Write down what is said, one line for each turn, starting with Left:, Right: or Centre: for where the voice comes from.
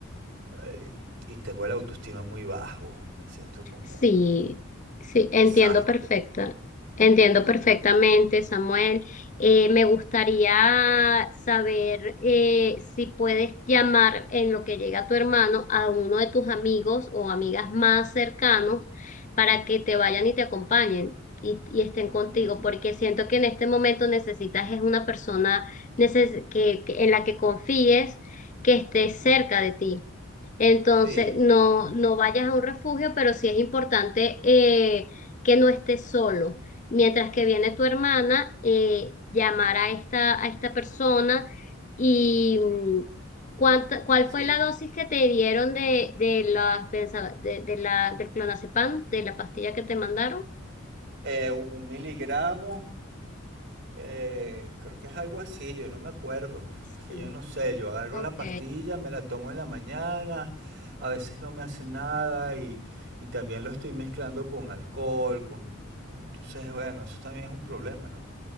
Right: eh, y tengo la autoestima muy bajo. Me siento como
Left: Sí,
Right: un,
Left: sí,
Right: un
Left: entiendo
Right: desastre.
Left: perfecta, entiendo perfectamente,
Right: Sí.
Left: Samuel. Eh, me gustaría saber eh, si puedes llamar en lo que llega tu hermano a uno de tus amigos o amigas más cercanos para que te vayan y te acompañen y, y estén
Right: Ujú,
Left: contigo, porque siento que en este momento necesitas es una persona neces- que, que- en la que confíes, que esté
Right: ujú.
Left: cerca de ti. Entonces,
Right: Sí,
Left: no, no vayas a un refugio, pero sí es importante eh, que no estés solo. Mientras que viene tu hermana, eh, llamar a esta, a esta persona y mm, cuánta, ¿cuál
Right: sí.
Left: fue la dosis que te dieron de, de, las benza- de, de la, del clonazepam, de la pastilla que te mandaron?
Right: Eh, un un miligramo Eh, creo que es algo así, yo no me acuerdo.
Left: Sí,
Right: Es que yo no sé, yo agarro
Left: ok.
Right: la pastilla, me la tomo en la mañana, a veces no me hace nada y, y también lo estoy mezclando con alcohol, con, con- entonces bueno, eso también es un problema, ¿no?